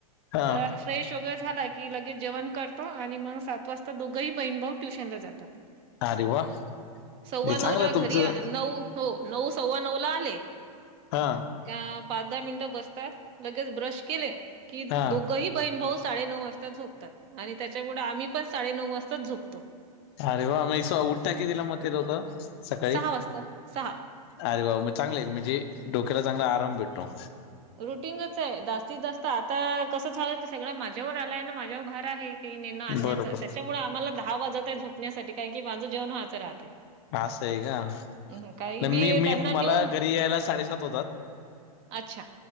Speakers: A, on the left; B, on the right.
A: हा
B: तर फ्रेश वगैरे झाला. की लगेच जेवण करतो आणि मग सात वाजता दोघंही बहीण भाऊ ट्युशन ला जातात.
A: अरे वा!
B: सव्वा
A: हे चांगलं
B: नऊ ला
A: तुमचं
B: घरी नऊ हो नऊ सव्वा नऊला आले.
A: हा
B: का पाच दहा मिनिटं बसतात लगेच ब्रश केले की
A: हा
B: दोघंही बहीण भाऊ साडे नऊ वाजता, झोपतात आणि त्यांच्यामुळे आम्ही पण साडेनऊवाजता झोपतो.
A: अरे वा! मग <unintelligible> ते दोघे सकाळी‌.
B: सहा वाजता सहा
A: अरे मग चांगलं आहे म्हणजे डोक्याला चांगला आराम भेटतो.
B: रुटींगच आहे जास्तीत जास्त आता कसं झालं ते सगळं माझ्यावर आलंय ना माझ्यावर भार आहे. ती नेन आणण्याच
A: बरोबर
B: त्यांच्यामुळे आम्हाला दहा वाजत आहे झोपण्यासाठी, कारण की माझं जेवण मागे राहते.
A: अस असं आहे का
B: हम्म काही
A: मी मी
B: त्यांना नेऊन
A: मला घरी यायला साडेसात होतात.
B: अच्छा!